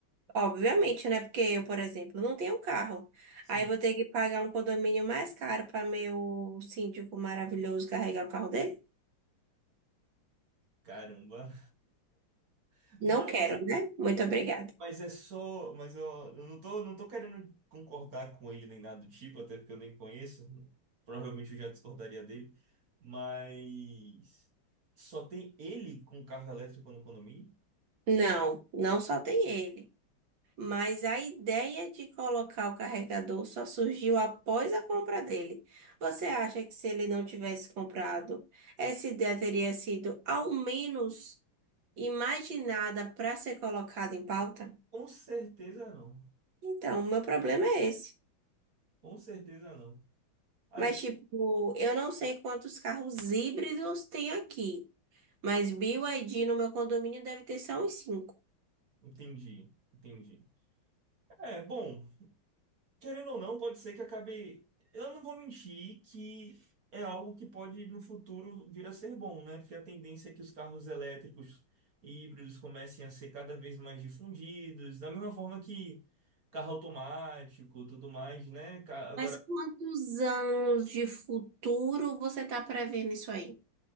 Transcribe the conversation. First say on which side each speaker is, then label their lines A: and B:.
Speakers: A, on the right (about 65°); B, on the right (about 45°).
A: Obviamente, né? Porque eu, por exemplo, não tenho carro.
B: Sim,
A: Aí eu vou ter que pagar um condomínio mais caro para meu síndico maravilhoso carregar o carro dele?
B: caramba! <laughs>
A: Não quero, né? Muito obrigada.
B: Mas é só. Mas eu, eu não tô, não tô querendo concordar com ele nem nada do tipo, até porque eu nem conheço. Provavelmente eu já discordaria dele. Mas. Só tem ele com carro elétrico no condomínio?
A: Não, não só tem ele. Mas a ideia de colocar o carregador só surgiu após a compra dele. Você acha que se ele não tivesse comprado, essa ideia teria sido ao menos imaginada para ser colocada em pauta?
B: Com certeza não.
A: Então, o meu problema é esse.
B: Com certeza não. Mas
A: Mas,
B: eu
A: tipo, eu não sei quantos carros híbridos tem aqui, mas BYD no meu condomínio deve ter só uns cinco.
B: entendi, entendi. É, bom. Querendo ou não, pode ser que acabe. Eu não vou mentir que é algo que pode no futuro vir a ser bom, né? Porque a tendência é que os carros elétricos e híbridos comecem a ser cada vez mais difundidos, da mesma forma que carro automático, tudo mais, né? Ca- Agora,
A: Mas quantos anos de futuro você está prevendo isso aí?